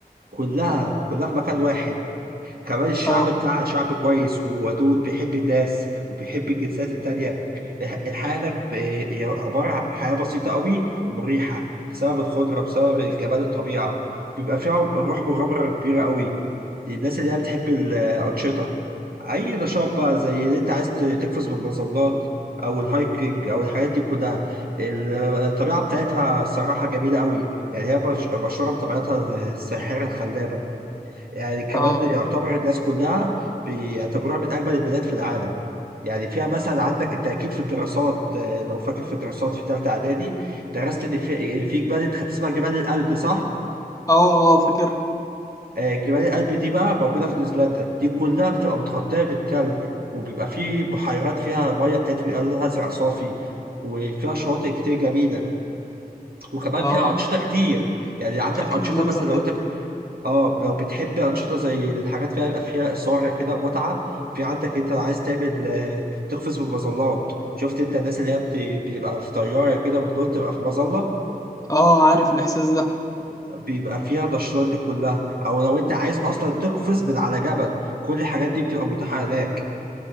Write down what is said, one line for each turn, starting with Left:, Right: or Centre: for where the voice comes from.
Right: كلها كلها في مكان واحد كمان الشعب
Left: اه
Right: بتاعها شعب كويس وودود بيحب الناس وبيحب الجنسيات التانية الح- الحياة هناك ب- هي عبارة عن حياة بسيطة قوي ومريحة بسبب الخضرة بسبب جمال الطبيعة بيبقى فيها روح مغامرة كبيرة قوي للناس اللي هي بتحب الأنشطة أي نشاط بقى زي اللي أنت عايز ت- تقفز بالمظلات أو الهايكنج أو الحاجات دي كلها الطبيعة بتاعتها صراحة جميلة قوي يعني هي مش- مشهورة بطبيعتها الساحرة الخلابة يعني كمان
Left: اه
Right: يعتبر الناس كلها بيعتبروها من أجمل البلاد في العالم يعني فيها مثلا عندك أنت أكيد في الدراسات آه، لو فاكر في الدراسات في ثالثة إعدادي درست إن في إيه، في جبال أنت خدت اسمها جبال الألب صح؟
Left: اه اه فاكرها
Right: آه، جبال الألب دي بقى موجودة في نيوزيلندا دي كلها بتبقى متغطية بالثلج وبيبقى في بحيرات فيها مية بتاعتي بيبقى لونها أزرق صافي وفيها شواطئ كتير جميلة وكمان
Left: اه
Right: فيها أنشطة كتير يعني عندك
Left: اكيد
Right: أنشطة
Left: المنظر
Right: مثلا لو
Left: حلو
Right: أنت اه لو بتحب انشطه زي الحاجات فيها يبقى فيها اثاره كده متعه في عندك انت عايز تعمل آه، تقفز بالمظلات شفت انت الناس اللي هي بت- بيبقى في طياره كده وتنط تبقى في مظله
Left: اه عارف الاحساس ده
Right: بيبقى فيها النشاطات دي كلها او لو انت عايز اصلا تقفز من على جبل كل الحاجات دي بتبقى متاحه هناك